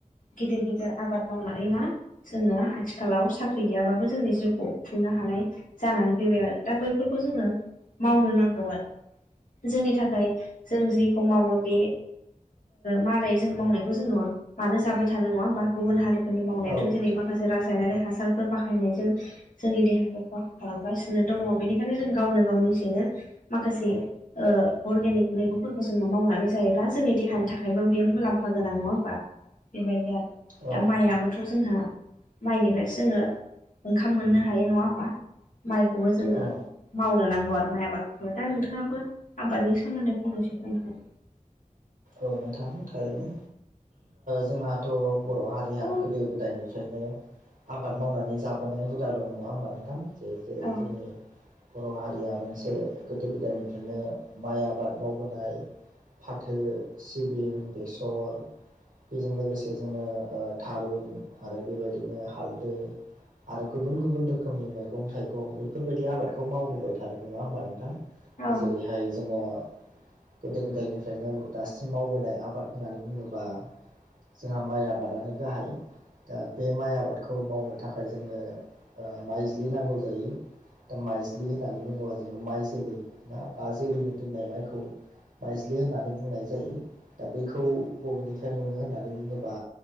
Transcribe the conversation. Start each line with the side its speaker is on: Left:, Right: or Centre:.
Left: गिदिर गिदिर आबाद मावनानै मान जोङो आथिखालाव साख्रि गैयाबाबो जोंनि जिउखौ खुंनो हानाय जानानै फैबाय आरो दा बैफोरखौ जोङो मावनो नांगौ जोंनि थाखाय जों जेखौ मावो बे मालाय जों मावनायखौ जोङो मानो जाबाय थानो नङा होमबा गुबुन हारि खामानि मावनायाथ'
Right: औ
Left: जेरै
Right: नोंथां
Left: माखासे रासायनारि हासारफोर बाहायनायजों जोंनि देहाखौ खहा खालामगासिनो दङ बेनिखायनो जों गावनो गाव निजेनो माखासे, ओ अर्गेनिक मैगंफोरखौ जोङो मावनानै जायोब्ला जोंनि देहानि थाखायबो बेयो मुलाम्फा गोनां नङा होमबा, बेबायदि आरो
Right: औ
Left: दा
Right: नोंथां
Left: माइयाबोथ' जोंहा माइनिफ्रायसो जोङो, ओंखाम मोननो हायो नङा होमबा माइखौबो जोङो
Right: औ
Left: मावनो नांगौ आरो माइ आबाद दा नोंथाङाबो आबादनि सोमोन्दै फंनैसो बुंहर
Right: औ नोंथां थारैनो, जोंहाथ' बर' हारिया
Left: हागोन
Right: गोदो गोदायनिफ्रायनो आबाद मावनानै जाबोनाय हुदा दं नङा होमबा नोंथां जे जेरै
Left: औ
Right: जोंनि बर' हारिया मोनसे गोदो गोदायनिफ्रायनो माइ आबाद मावबोनाय फाथो सिबिं बेसर बेजों लोगोसे जोङो थारुन आरो बेबायदिनो हालदै आरो गुबुन गुबुन रोखोमनि मैगं थाइगं बेफोरबायदि आबादखौ मावबोबाय थादों नङा होमबा नोंथां
Left: औ
Right: जेरैहाय जोङो गोदो गोदायनिफ्रायनो, दासिम मावबोनाय आबाद होननानै बुङोबा जोंहा माइ आबादानो गाहाय, दा बे माइ आबादखौ मावनो थाखाय जोङो माइज्लि नांगौ जायो। दा माइजलि होननानै बुङोब्ला जोङो माइ जोलै ना बा जोलैनो दोननाय माइखौ, माइजलि होननानै बुंनाय जायो। दा बैखौ बबेनिफ्राय मोनो होननानै बुङोबा,